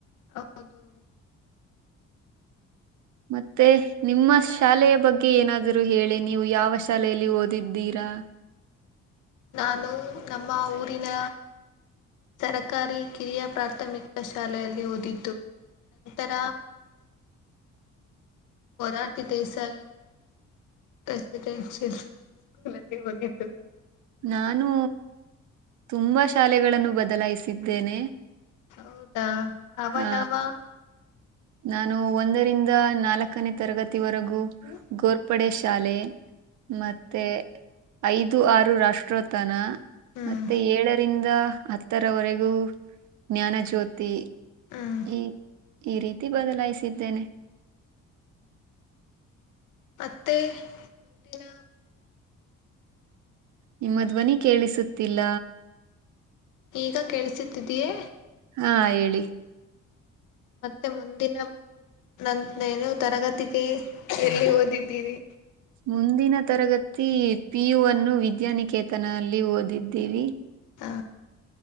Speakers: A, on the left; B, on the right.
A: ಹೌದು
B: ಮತ್ತೆ ನಿಮ್ಮ ಶಾಲೆಯ ಬಗ್ಗೆ ಏನಾದರೂ ಹೇಳಿ ನೀವು ಯಾವ ಶಾಲೆಯಲ್ಲಿ ಓದಿದ್ದೀರಾ ಹಾ
A: ನಾನು ನಮ್ಮ ಊರಿನ ಸರಕಾರಿ ಕಿರಿಯ ಪ್ರಾಥಮಿಕ ಶಾಲೆಯಲ್ಲಿ ಓದಿದ್ದು ನಂತರ
B: <inaudible>
A: ವರಾಟಿ ದಸಾಯಸ ಸ್ಕೂಲ್ ಅಲ್ಲಿ ಓದಿದ್ದು
B: ನಾನು ತುಂಬಾ ಶಾಲೆಗಳನ್ನು ಬದಲಾಯಿಸಿದ್ದೇನೆ
A: ಹೌದಾ ಯಾವ
B: ಆ
A: ಯಾವ
B: ನಾನು ಒಂದರಿಂದ ನಾಲ್ಕನೇ ತರಗತಿವರೆಗೂ
A: ಹ್ಮ್
B: ಗೋರ್ಪಡೆ ಶಾಲೆ ಮತ್ತೆ ಐದು ಆರು ರಾಷ್ಟ್ರೋತ್ತನ
A: ಹ್ಮ್
B: ಮತ್ತೆ ಏಳರಿಂದ ಹತ್ತರವರೆಗೂ ಜ್ಞಾನ ಜ್ಯೋತಿ
A: ಹ್ಮ್
B: ಈ ಈ ರೀತಿ ಬದಲಾಯಿಸಿದ್ದೇನೆ
A: ಮತ್ತೆ ಮುಂದಿನ
B: ನಿಮ್ಮ ಧ್ವನಿ ಕೇಳಿಸುತ್ತಿಲ್ಲ
A: ಈಗ ಕೇಳಿಸುತ್ತಿದಿಯೇ
B: ಹಾ ಹೇಳಿ
A: ಮತ್ತೆ ಮುಂದಿನ ನಂತೇನು ತರಗತಿಗೆ ಎಲ್ಲಿ ಓದಿದ್ದೀರಿ
B: ಮುಂದಿನ ತರಗತಿ ಪ ಯು ಅನ್ನು ವಿದ್ಯಾನಿಕೇತನಲ್ಲಿ ಓದಿದ್ದೀವಿ
A: ಹ